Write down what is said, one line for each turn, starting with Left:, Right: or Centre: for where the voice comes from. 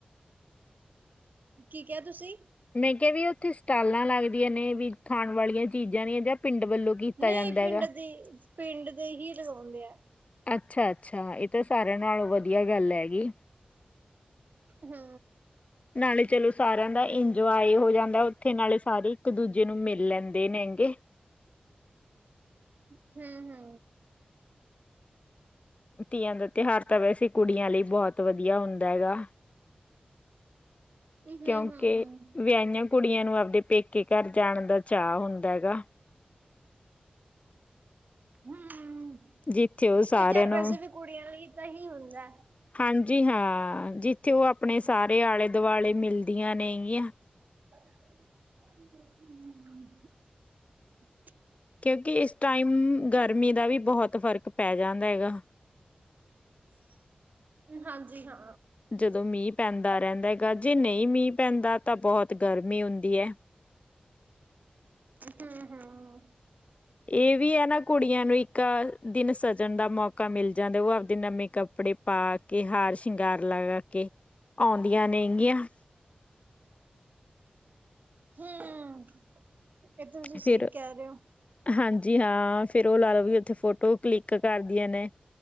Right: ਕੀ ਕੇਆ ਤੁਸੀਂ?
Left: ਮੈਂ ਕੇਆ ਵੀ ਓੱਥੇ ਸਟਾਲਾਂ ਲੱਗਦੀਆਂ ਨੇ ਵੀ ਖਾਣ ਵਾਲੀਆਂ ਚੀਜ਼ਾਂ ਦੀਆਂ ਜਾਂ ਪਿੰਡ ਵੱਲੋਂ ਕੀਤਾ
Right: ਨਈ
Left: ਜਾਂਦਾ
Right: ਪਿੰਡ
Left: ਹੈਗਾ
Right: ਦੀ ਪਿੰਡ ਦੇ ਹੀ ਲੋਗਾਓਂਦੇ ਐ।
Left: ਅੱਛਾ-ਅੱਛਾ, ਏ ਤਾਂ ਸਾਰੇਆਂ ਨਾਲ ਵਧੀਆ ਗੱਲ ਹੈਗੀ।
Right: ਹੂੰ।
Left: ਨਾਲੇ ਚਲੋ ਸਾਰੇਆਂ ਦਾ ਇੰਜੋਏ ਹੋ ਜਾਂਦਾ ਓੱਥੇ, ਨਾਲੇ ਸਾਰੇ ਇੱਕ-ਦੂਜੇ ਨੂੰ ਮਿਲ ਲੈਂਦੇ ਨੇ ਗੇ।
Right: ਹੂੰ-ਹੂੰ।
Left: ਤੀਆਂ ਦਾ ਤੇਹਾਰ ਤਾਂ ਵੈਸੇ ਕੁੜੀਆਂ ਲਈ ਬੋਹਤ ਵਧੀਆ ਹੁੰਦਾ ਹੈਗਾ।
Right: ਹੂੰ
Left: ਕਿਉਂਕਿ ਵਿਆਇਆਂ ਕੁੜੀਆਂ ਨੂੰ ਆਪਦੇ ਪੇਕੇ ਘੱਰ ਜਾਣ ਦਾ ਚਾਵ ਹੁੰਦਾ ਹੈਗਾ।
Right: ਹੂੰ,
Left: ਜਿੱਥੇ ਉਹ ਸਾਰਿਆਂ
Right: ਏ ਤੇਹਾਰ
Left: ਨੂੰ
Right: ਵੈਸੇ ਵੀ ਕੁੜੀਆਂ ਲਈ ਤਾਂ ਹੀ ਹੁੰਦਾ।
Left: ਹਾਂਜੀ ਹਾਂ, ਜਿੱਥੇ ਓ ਆਪਣੇ ਸਾਰੇ ਆਲੇ-ਦੁਆਲੇ ਮਿਲਦੀਆਂ ਨੇਗੀਆਂ।
Right: ਹੂੰ-ਹੂੰ।
Left: ਕਿਉਂਕਿ ਇਸ ਟਾਈਮ ਗਰਮੀ ਦਾ ਵੀ ਬਹੁਤ ਫ਼ਰਕ ਪੈ ਜਾਂਦਾ ਗਾ।
Right: ਹਾਂਜੀ ਹਾਂ।
Left: ਜਦੋਂ ਮੀਂਹ ਪੈਂਦਾ ਰਹਿੰਦਾ ਗਾ, ਜੇ ਨਈ ਮੀਂਹ ਪੈਂਦਾ ਤਾਂ ਬਹੁਤ ਗਰਮੀ ਹੁੰਦੀ ਐ।
Right: ਹੂੰ ਹੂੰ
Left: ਏ ਵੀ ਐ ਨਾ ਕੁੜੀਆਂ ਨੂੰ ਇੱਕ ਦਿਨ ਸਜਣ ਦਾ ਮੌਕਾ ਮਿਲ ਜਾਂਦਾ, ਉਹ ਆਪਦੇ ਨਵੇਂ ਕੱਪੜੇ ਪਾ ਕੇ ਹਾਰ ਸ਼ਿੰਗਾਰ ਲਾਗਾ ਕੇ ਆਉਂਦੀਆਂ ਨੇ ਗੀਆਂ।
Right: ਹੂੰ, ਏ ਤੁਸੀਂ ਸਹੀ
Left: ਫਿਰ
Right: ਕਹਿ ਰੇ ਓ।
Left: ਹਾਂਜੀ ਹਾਂ, ਫਿਰ ਓ ਲਾ ਲਾ ਵੀ ਉੱਥੇ ਫੋਟੋ ਕਲਿੱਕ ਕਰਦੀਆਂ ਨੇ।